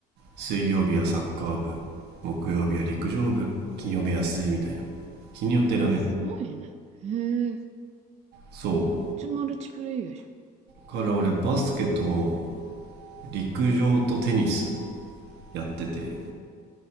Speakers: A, on the right; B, on the right.
A: 水曜日はサッカー部木曜日は陸上部金曜日は水みたいな日によって選べんの
B: すごいね。へえ。
A: そ
B: めっちゃマルチプレイヤーじ
A: うから俺バスケと陸上とテニスやってて